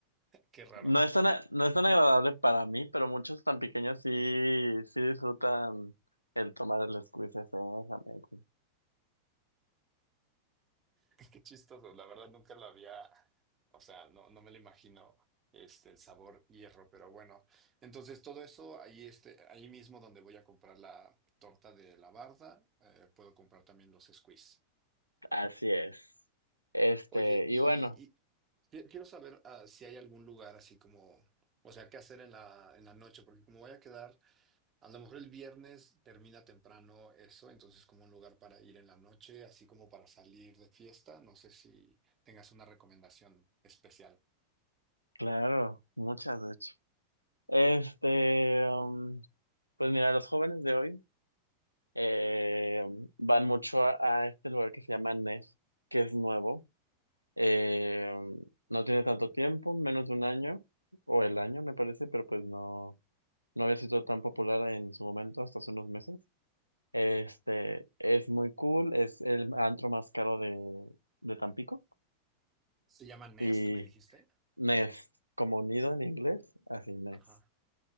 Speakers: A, on the right; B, on the left.
A: qué raro.
B: No es tan, a- no es tan agradable para mí, pero muchos tan pequeños sí, sí disfrutan el tomar el squeeze ese, exactamente.
A: Qué chistoso, la verdad nunca lo había, o sea, no, no me lo imagino este, el sabor hierro, pero bueno, entonces todo eso ahí, este, ahí mismo donde voy a comprar la torta de la barda, eh, puedo comprar también los squeeze.
B: Así es. Este,
A: Oye, y,
B: y bueno,
A: y qui- quiero saber ah, si hay algún lugar así como, o sea, qué hacer en la, en la noche, porque como voy a quedar a lo mejor el viernes termina temprano eso, entonces como un lugar para ir en la noche, así como para salir de fiesta. No sé si tengas una recomendación especial.
B: claro, muchas de hecho. Este, um, pues mira, los jóvenes de hoy eh, van mucho a, a este lugar que se llama NES, que es nuevo Eh, no tiene tanto tiempo, menos de un año, o el año me parece, pero pues no, no había sido tan popular en su momento hasta hace unos meses. Este, es muy cool, es el antro más caro de, de Tampico
A: Se llama Nest,
B: y
A: me dijiste.
B: Nest, como nido en inglés, así Nest.
A: Ajá.